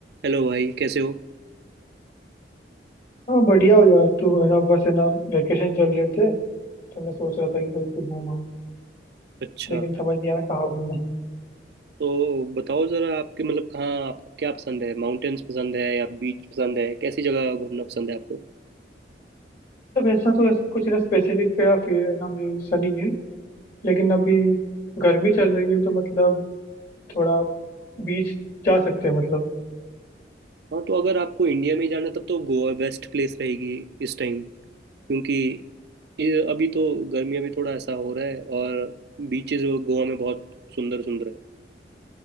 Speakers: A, on the right; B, on the left.
A: Hello भाई कैसे हो
B: हाँ बढ़िया हो यार तू है ना बस है ना वेकेशन चल रहे थे तो मैं सोच रहा था कि कहीं पे घूम आऊँ
A: अच्छा
B: लेकिन समझ नहीं आ रहा कहाँ घूमूं
A: तो बताओ जरा आपके मतलब कहाँ आपको क्या पसंद है माउंटेन्स पसंद है या बीच पसंद है कैसी जगह घूमना पसंद है आपको
B: तब ऐसा तो ऐस- कुछ ना स्पेसिफिक मेरा फिर है ना मेरा ऐसा नहीं है लेकिन अभी गर्मी चल रही है तो मतलब थोड़ा बीच जा सकते हैं मतलब
A: हाँ तो अगर आपको इंडिया में ही जाना है, तब तो गोवा बेस्ट प्लेस रहेगी इस टाइम क्योंकि ये- अभी तो गर्मियाँ भी थोड़ा ऐसा हो रहा है और बीचेस गोवा में बहुत सुंदर सुंदर